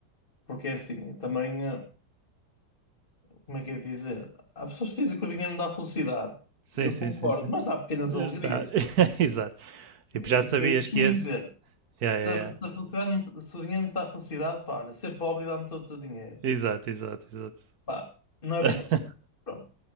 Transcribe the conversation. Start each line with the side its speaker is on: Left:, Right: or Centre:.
Left: Porque é assim, eu também, eh, como é que é de dizer? Há pessoas que dizem que o dinheiro não dá felicidade.
Right: Sim,
Left: E Eu
Right: sim,
Left: concordo,
Right: sim, sim.
Left: mas dá pequenas
Right: Já
Left: alegrias.
Right: está. <laughs> Exato. Tipo,
Left: Eu
Right: já sabias
Left: eu costumo
Right: que esse.
Left: dizer,
Right: Yeah,
Left: se
Right: yeah,
Left: a, se
Right: yeah.
Left: a felicidade, não- se o dinheiro não te dá felicidade, pá, olha, ser pobre dá-me todo o teu dinheiro.
Right: Exato, exato, exato.
Left: Pá, não é
Right: <laughs>
Left: bem assim. Pronto.